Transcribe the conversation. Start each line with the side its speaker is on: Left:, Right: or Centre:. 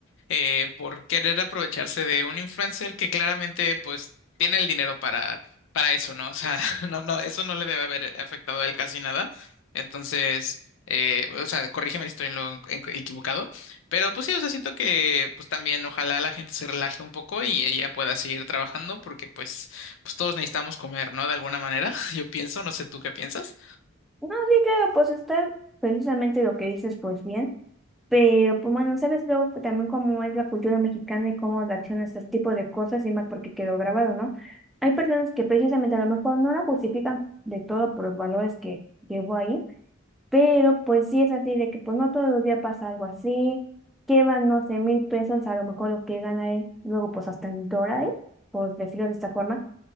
Left: eh, por querer aprovecharse de un influencer que claramente pues tiene el dinero para, para eso, ¿no? O sea, <laughs> no, no, eso no le debe haber afectado a él casi nada. Entonces, eh, o sea, corrígeme si estoy en lo en- equivocado, pero pues sí, o sea, siento que pues también ojalá la gente se relaje un poco y ella pueda seguir trabajando porque pues, pues todos necesitamos comer, ¿no? De alguna manera, <laughs> yo pienso, no sé tú qué piensas.
Centre: No, sí, claro, pues está precisamente lo que dices, pues bien. Pero, pues bueno, sabes luego que también cómo es la cultura mexicana y cómo reacciona a este tipo de cosas y más porque quedó grabado, ¿no? Hay personas que precisamente a lo mejor no la justifican de todo por los valores que llevó ahí, pero pues sí es así de que pues no todos los días pasa algo así, llevan, no sé, mil pesos, a lo mejor lo que gana él, luego pues hasta en dólares, por decirlo de esta forma.